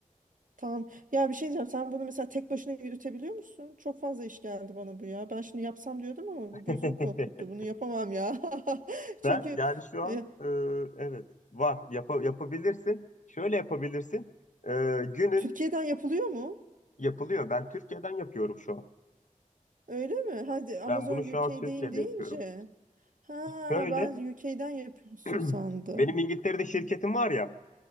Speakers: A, on the right (about 75°); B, on the left (about 65°).
A: tamam. Ya bir şey diyeceğim. Sen bunu mesela tek başına yürütebiliyor musun? Çok fazla iş geldi bana bu ya. Ben şimdi yapsam diyordum ama
B: <laughs>
A: bu gözümü korkuttu. Bunu yapamam ya. <laughs> Çünkü
B: Ben yani şu an
A: e,
B: e, evet var yapa- yapabilirsin. Şöyle yapabilirsin. E, günün
A: Türkiye'den yapılıyor mu?
B: yapılıyor. Ben Türkiye'den yapıyorum şu an.
A: Öyle mi? Hadi Amazon
B: Ben bunu şu
A: UK'deyim
B: an Türkiye'de
A: deyince.
B: yapıyorum.
A: Ha
B: Şöyle
A: ben UK'den yapıyorsun
B: <clears throat>
A: sandım.
B: benim İngiltere'de şirketim var ya.